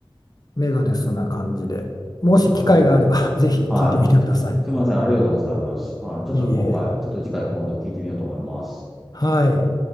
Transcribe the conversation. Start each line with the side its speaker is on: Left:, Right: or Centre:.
Left: メガデスな感じで、もし機会があれば
Centre: わかります。
Left: <laughs> ぜひ聞いてみてください。
Centre: はい。すみません、ありがとうございます。あの、ちょっと今回、
Left: いいえ。
Centre: ちょっと次回今度聞いてみようと思います。
Left: はい。